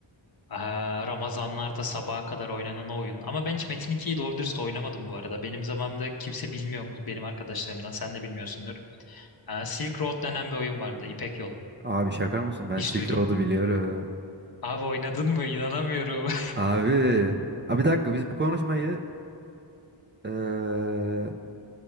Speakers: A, on the left (about 50°); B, on the right (about 25°).
A: Aa, Ramazanlarda sabaha kadar oynanan oyun. Ama ben hiç Metin 2'yi doğru dürüst oynamadım bu arada. Benim zamanımda kimse bilmiyor mu benim arkadaşlarımdan. Sen de bilmiyorsundur. Aa, Silk Road denen bir oyun vardı. İpek Yolu.
B: Abi şaka mısın? Ben
A: Hiç
B: Silk
A: duydun
B: Road'u
A: mu?
B: biliyorum.
A: Abi oynadın mı? İnanamıyorum. <laughs>
B: Abi. Abi bir dakika biz bu konuşmayı eee,